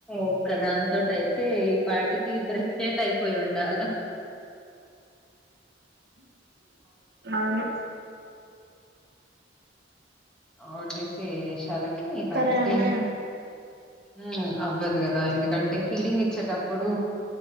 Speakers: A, in the centre; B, on the right.
A: ఒక్క దానతో టైతే, ఈ పాటికి ఫ్రెస్టేట్ అయిపోయి ఉండాల.
B: అవును.
A: On this. ఏ శాలకి
B: ఒక్కరే
A: ఈ పాటికి.
B: అంటే
A: ఉమ్ అవ్వదు గదా ఎందుకంటే ఫీడింగ్ ఇచ్చేటప్పుడు,